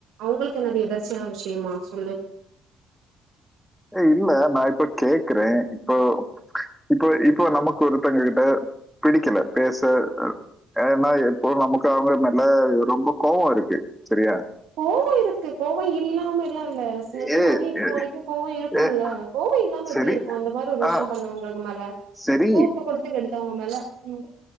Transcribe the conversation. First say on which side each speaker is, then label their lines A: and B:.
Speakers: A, on the right (about 75°); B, in the centre.
A: அவ்ங்களுக்கு என்னது எதர்ச்சியான விஷயமா சொல்லு
B: ஏ இல்ல நா இப்ப கேக்குறே இப்போ இப்போ இப்போ நமக்கு ஒருத்தங்கக் கிட்ட பிடிக்கல பேச அ ஏனா எப்போ நமக்கு தா அவ்ங்க மேல ரொம்ப கோவோ இருக்கு செரியா
A: கோவோ இருக்கு கோவோ இல்லாமலா இல்ல ஸ் நிஜமாவே
B: ஏ
A: இப்ப
B: ஏ-
A: வரைக்கு கோவோ இருக்கும்ல
B: ஏ,
A: கோவோ இல்லாமல
B: சரி
A: எப்டி இருக்கு அந்த மாரி ஒரு விஷயோ
B: ஆ
A: பண்ணவுங்களுக்கு மேல
B: சரி
A: பூப்புகுடுத்து கெடுத்தவுங்க மேல உண்டு